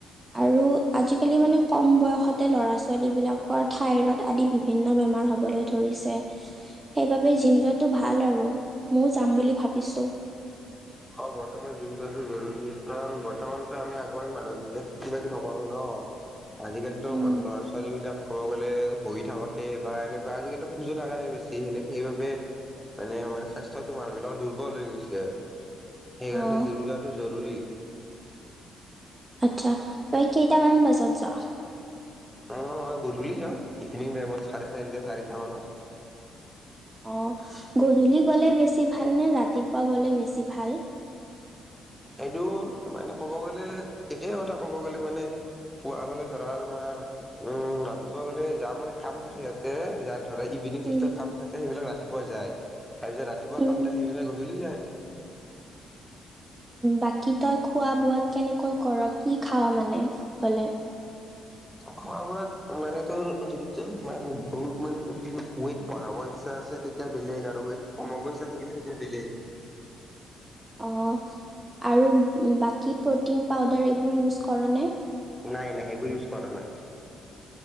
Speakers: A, on the right; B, in the centre.
A: আৰু আজি কালি মানে ম বয়সতে ল'ৰা ছোৱালী বিলাকৰ থাইৰড আদি বিভিন্ন বেমাৰ হ'বলৈ ধৰিছে। সেইবাবে জিম যোৱাটো ভাল আৰু, ময়ো যাম বুলি ভাবিছো।
B: অ' বৰ্তমান জো-যটো জৰুৰী, কাৰণ বৰ্তমানতো আমি আগৰ মানুহ যেতিয়া খেতি বাতি নকৰো ন? অ' আজিকালিতো
A: উম,
B: মানুহ ল'ৰা ছোৱালী বিলাক ক'ব গ'লে বহি থাকোতে বা এনেকুৱা আজিকালি খোজোনাগাৰেই বেছি সেনেকে সেইবাবে মানে মানে স্বাস্থতো মানুহৰ বিলাক দুৰ্বল হৈ গৈছে, সেইকাৰণে
A: অ',
B: জিম যোৱাটো জৰুৰী।
A: আচ্ছা। তই কেইটামান বজাত যাৱ?
B: অ' গধূলি যাওঁ ইভিনিং টাইমত চাৰে চাৰিটা চাৰিটা মানত।
A: অ' গধূলি গ'লে বেছি ভাল নে ৰাতিপুৱা গ'লে বেছি ভাল?
B: এইটো মানে ক'ব গ'লে একে কথা ক'ব গ'লে মানে। পুৱ গ'লে ধৰা তোমাৰ উম ৰাতিপুৱা গ'লে যাৰ মানে কাম থাকে ইয়াতে যাৰ ইভিনং
A: উম,
B: চিফটত কাম থাকে সেইবিলাক ৰা তিপুৱা যায়, আৰু যে ৰাতিপুৱা
A: উম,
B: কাম থাকে সেইবিলে গধূলি যায়।
A: বাকী তই খোৱা বোৱা কেনেকৈ ক'ৰ কি খাৱ মানে গ'লে?
B: খোৱা বোৱাত মানে তোৰ যদি তোৰ মানে বহুত মানে তোৰ যদি ৱেট বঢ়াবৰ ইচ্ছা আছে তেতিয়া বেলেগ আৰু ৱেট কমাব ইচ্ছা থাকিলে তেতিয়া বেলেগ।
A: অঁ আৰু বাকী প্ৰ'টিন পাউদাৰ এইবোৰ ইউজ কৰ নে?
B: নাই নাই সেইবোৰ ইউজ কৰা নাই।